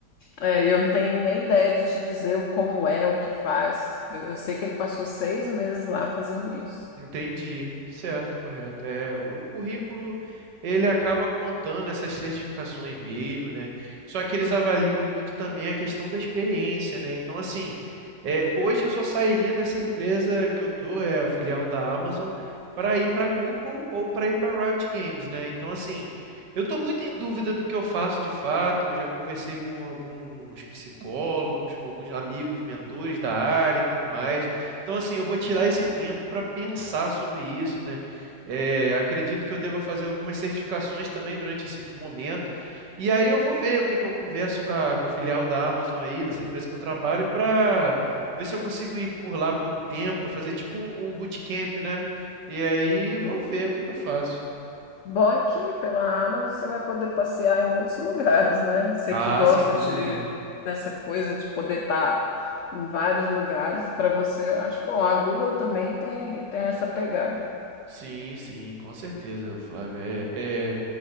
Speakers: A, on the left; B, on the right.
A: É, e eu não tenho nem ideia de te dizer o- como é, o que faz. Eu eu sei que ele passou seis meses lá fazendo isso.
B: Entendi, certo, correto. É, o currículo ele acaba contando essas certificações mesmo, né? Só que eles avaliam muito também a questão da experiência, né? Então, assim, é, hoje eu só sairia dessa empresa que eu tô, é a filial da Amazon, para ir para Google ou para ir para Riot Games, né? Então, assim, eu tô muito em dúvida do que eu faço de fato. Eu já conversei com alguns psicólogos, com alguns amigos, mentores da área e tudo mais. Então, assim, eu vou tirar esse tempo para pensar sobre isso, né? É, acredito que eu deva fazer algumas certificações também durante esse momento. E aí eu vou ver o que que eu converso com a, com a filial da Amazon aí, dessa empresa que eu trabalho, para ver se eu consigo ir por lá por um tempo, para fazer tipo um, um bootcamp, né? E aí vou
A: Uhum.
B: ver o que que eu faço.
A: Bom é que pela Amazon você vai poder passear em muitos lugares, né? Você
B: Ah,
A: que gosta
B: sem dúvida.
A: de, dessa coisa de poder estar em vários lugares, para você, eu acho bom. A Google também tem, tem essa pegada.
B: Sim, sim, com certeza, Flávio. É, é-